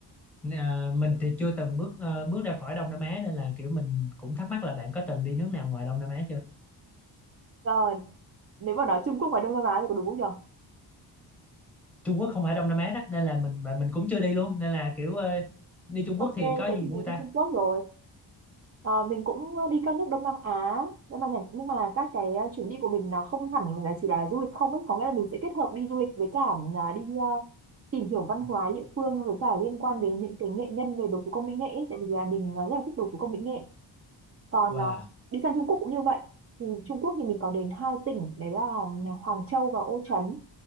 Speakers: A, in the centre; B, on the right (about 35°).
A: Ờ, mình thì chưa từng bước ờ, bước ra khỏi Đông Nam Á nên là kiểu mình cũng thắc mắc là bạn có từng đi nước nào ngoài Đông Nam Á chưa?
B: Rồi, nếu mà nói Trung Quốc và Đông Nam Á thì có đúng không nhỉ?
A: Trung Quốc không phải Đông Nam Á đó nên là mình mà mình cũng chưa đi luôn nên là kiểu ờ, đi Trung
B: Ok,
A: Quốc thì
B: thế
A: có gì
B: thì mình
A: vui ta?
B: đi Trung Quốc rồi. Ờ, mình cũng đi các nước Đông Nam Á nhưng mà nhảnh- nhưng mà các cái ờ, chuyến đi của mình nó không hẳn là chỉ là du lịch không ấy có nghĩa là mình sẽ kết hợp đi du lịch với cả ờ, đi ờ, tìm hiểu văn hóa địa phương với cả liên quan đến những cái nghệ nhân về đồ thủ công mỹ nghệ ấy. tại vì là mình ờ, rất là thích đồ thủ công mỹ nghệ còn
A: Wow.
B: ờ, đi sang Trung Quốc cũng như vậy thì Trung Quốc thì mình có đến hai tỉnh đấy là ờ, Hoàng Châu và Ô Trấn